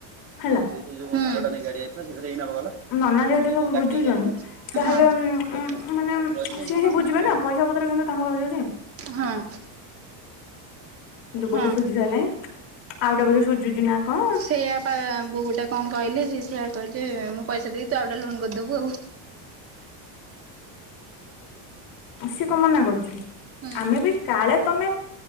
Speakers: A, on the left; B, on the right.
A: ହେଲା
B: ଯାଇଥିଲା ସେଥିରେ ଏଇ ନବା ଗଲା
A: ନାନା
B: ମୁଁ
A: ଯେହେତୁ
B: ସେଇଟା
A: ସବୁ
B: ତମକୁ ଡାକିବାକୁ
A: ବୁଝୁଛନ୍ତି
B: ଗଲି ତମେ ହଁ
A: ତାହେଲେ ମାନେ
B: ସେଠି ରହିକି
A: ସିଏ ହିଁ ବୁଝିବେ ନା ପଇସା ପତ୍ର କିନ୍ତୁ ତାଙ୍କ ପାଖକୁ ଯାଉଛି ନା।
B: ହଁ
A: କିନ୍ତୁ
B: ହଁ।
A: ଗୋଟେ ସୁଝି ସାରିଲାଣି ଆଉଟା ବୋଧେ ସୁଝୁଛି ନା କଣ
B: ସେଇଆ ପା ବୋଉ ଗୋଟେ କଣ କହିଲେ ସେ ସେଆ କହିଲେ ମୁଁ ପଇସା ଦେଇି ଆଉ ଗୋଟେ ଲୋନ୍ କରିଦବୁ ଆଉ।
A: ସେ କଣ ମନା କରୁଛୁ
B: ହୁଁ
A: ଆମେ ବି କାଳେ ତମେ